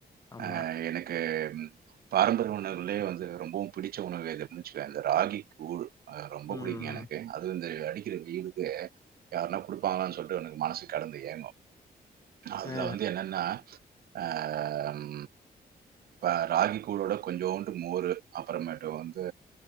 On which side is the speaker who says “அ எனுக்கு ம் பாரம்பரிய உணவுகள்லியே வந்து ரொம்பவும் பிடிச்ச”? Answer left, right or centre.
Right